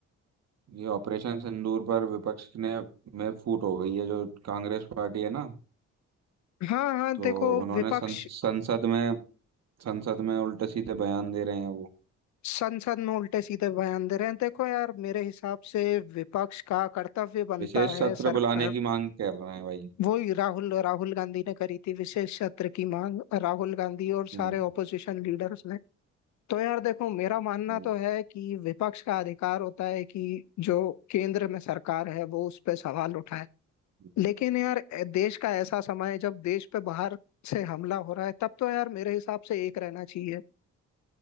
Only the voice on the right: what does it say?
ये ऑपरेशन सिंदूर पर विपक्ष ने में फूट हो गई है जो कांग्रेस पार्टी है ना
तो
उन्होंने
सं, संसद में संसद में उल्टे सीधे बयान दे रहे हैं वो
विशेष
सत्र
बुलाने की मांग कर रहे हैं भाई
हम्म,
हम्म,
हम्म।